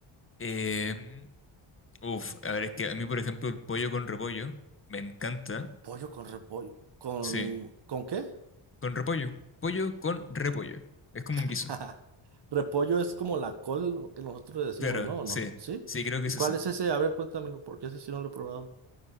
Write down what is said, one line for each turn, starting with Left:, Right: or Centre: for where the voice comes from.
Left: em, Uf, a ver, es que a mí, por ejemplo, el pollo con repollo me encanta.
Right: Pollo con repollo. ¿Con,
Left: Sí,
Right: con qué?
Left: con repollo. Pollo con repollo. Es como
Right: <laughs>
Left: un guiso.
Right: Repollo es como la col, lo que nosotros le decimos,
Left: Claro,
Right: ¿no? ¿O
Left: sí.
Right: no? ¿Sí?
Left: Sí, creo que
Right: ¿Y
Left: es
Right: cuál
Left: esa.
Right: es ese? A ver, cuéntamelo, porque ese sí no lo he probado.